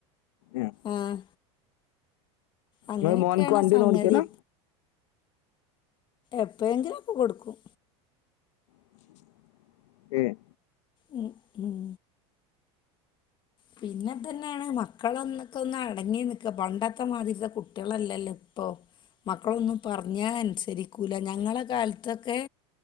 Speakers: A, on the left; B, on the left.
A: ഏഹ്
B: ആഹ് അങ്ങനെയൊക്കെയാണ്
A: നിങ്ങളെ മോൻക്ക് വണ്ടി
B: സംഗതി
A: ഒന്നും ഓടിക്കലാ
B: എപ്പോഴെങ്കിലൊക്കെ കൊടുക്കും
A: ഉ ഏഹ്
B: ഉം ഉം പിന്നെ ഇതെന്നെയാണ് മക്കളൊന്നൊക്കെ ഒന്ന് അടങ്ങി നിക്ക പണ്ടത്തെ മാതിരിതെ കുട്ട്യളല്ലല്ലോ ഇപ്പം മക്കളൊന്നും പറഞ്ഞാ അൻസരിക്കൂല്ല ഞങ്ങളെ കാൽത്തൊക്കെ